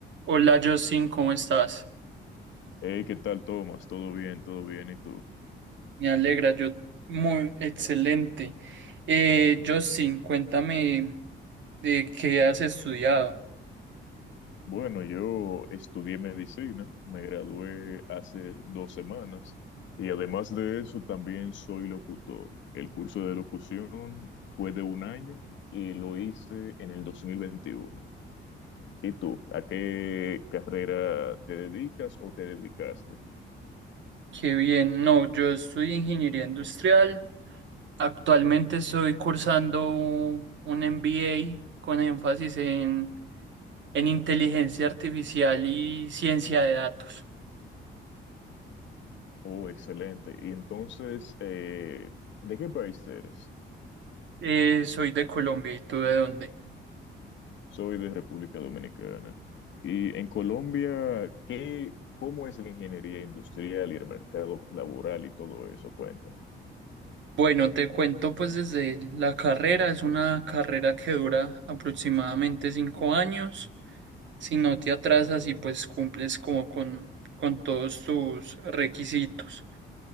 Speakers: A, on the right; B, on the left.
A: Hola Justin, ¿cómo estás?
B: Hey, ¿qué tal, Tomás? ¿Todo bien? ¿Todo bien? ¿Y tú?
A: Me alegra, yo muy excelente. Eh, Justin, cuéntame de qué has estudiado.
B: Bueno, yo estudié medicina, me gradué hace dos semanas y además de eso también soy locutor. El curso de locución fue de un año y lo hice en el 2021. ¿Y tú? ¿A qué carrera te dedicas o te dedicaste?
A: Qué bien, no, yo estudio ingeniería industrial. Actualmente estoy cursando un un MBA con énfasis en, en inteligencia artificial y ciencia de datos.
B: Oh, excelente. Y entonces, eh, ¿de qué país eres?
A: Eh, soy de Colombia, ¿y tú de dónde?
B: Soy de República Dominicana. Y en Colombia, ¿qué, cómo es la ingeniería industrial y el mercado laboral y todo eso? Cuéntame.
A: Bueno, te cuento pues desde la carrera, es una carrera que dura aproximadamente cinco años. Si no te atrasas y pues cumples como con, con todos tus requisitos.